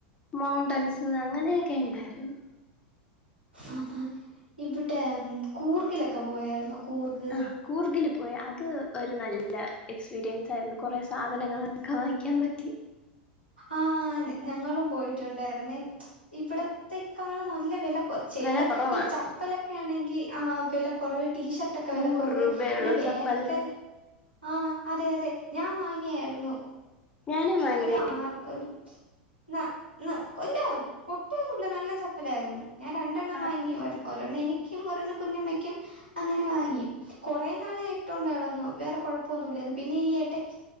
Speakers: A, on the left; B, on the right.
A: മൗണ്ടൻസ് അങ്ങനെയൊക്കെ ഉണ്ടായിരുന്നു
B: ആ ആ ഇവിടെ കൂർഗിലൊക്കെ പോയായിരുന്നു കൂർുക
A: ആഹ് കൂർഗില് പോയി അത് ഒരു നല്ല എക്സ്പീരിയൻസ് ആയിരുന്നു കുറ സാധനങ്ങളൊക്കെ വാങ്ങിക്കാൻ പറ്റി
B: ആഹ് ഞങ്ങളും പോയിട്ടുണ്ടായിുന്നേ ഇവിടത്തെേക്കാൾ നല്ല വില ചെയ
A: വെല കുറവാണ്
B: ഈ ചപ്പലൊക്കെ ആണെങ്കിൽ ആ പെലെ കൊറവട്ട ടീഷർട്ട ഒക്കെ
A: നൂറ്
B: വില കുറവ്
A: രൂപയേ
B: പിന്നെ
A: ഉള്ളൂ
B: ബാഗൊക്കെ
A: ചപ്പലിന്
B: ആഹ അതെ അതെ ഞാൻ വാങ്ങിയായിരുന്നു
A: ഞാനും വാങ്ങി
B: ആ ഒരു ന നീ അല്ല പൊട്ടയൊന്നുമല്ല നല്ല ചപ്പലായിരുന്നു ഞാൻ രണ്ടെണ്ണം
A: ആഹ്
B: വാങ്ങി ഒ ഒ ഒരെണ്ണ എനിക്കും ഒരെണ്ണ കുഞ്ഞമ്മയ്ക്കും അങ്ങനെ വാങ്ങി കുറെേ നാളായിട്ടൊണ്ടാടന്നു വേറെ കൊഴപ്പൊന്നുല്ലന്ന് പിന്നെ ഈ ഇടക്ക്